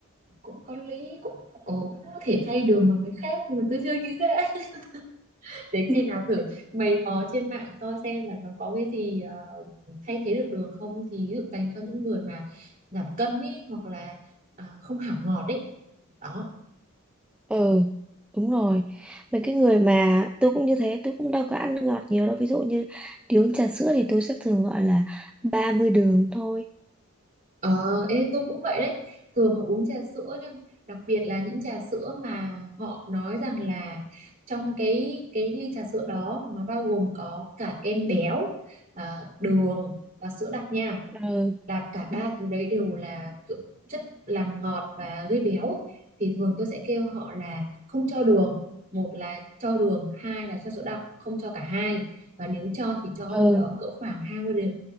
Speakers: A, on the right (about 40°); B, in the centre.
A: cũng có lý cũng ồ cũng có thể thay đường bằng cái khác nhưng mà tôi chưa nghĩ ra <laughs> để
B: <laughs>
A: khi nào thử mày mò trên mạng coi xem là nó có cái gì ờ, thay thế được đường không thì ví dụ dành cho những người mà giảm cân ý hoặc là à, không hảo ngọt ấy đó
B: ừ đúng rồi mấy cái người mà tôi cũng như thế tôi cũng đâu có ăn nước ngọt nhiều đâu ví dụ như đi uống trà sữa thì tôi sẽ thường gọi là 30 đường thôi
A: ờ ê, tôi cũng vậy đấy thường mà uống trà sữa nhưng đặc biệt là những trà sữa mà họ nói rằng là trong cái cái ly trà sữa đó nó bao gồm có cả kem béo à, đường và sữa đặc nha
B: ừ
A: là cả ba thứ đấy đều là kiểu chất làm ngọt và gây béo thì thường tôi sẽ kêu họ là không cho đường một là cho đường hai là cho sữa đặc không cho cả hai và nếu cho thì cho
B: ừ
A: đâu đó cỡ khoảng hai mươi đến